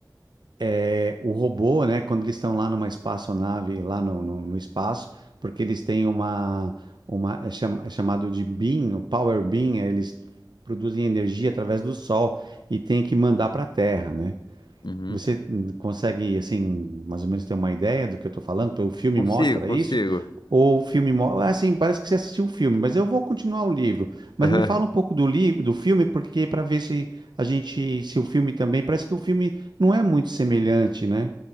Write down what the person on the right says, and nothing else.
é, o robô, né, quando eles estão lá numa espaçonave, lá no, no, no espaço, porque eles têm uma, uma é cham- é chamado de beam, o power beam, é, eles produzem energia através do sol e tem que mandar para a Terra, né?
Você hum, consegue, assim, mais ou menos ter uma ideia do que eu tô falando? Porque O filme
mostra
isso? Ou o filme... mostra? Assim, parece que você assistiu o filme, mas eu vou continuar o livro. Mas
me fala um pouco do livro, do filme, porque para ver se a gente... Se o filme também... Parece que o filme não é muito semelhante, né?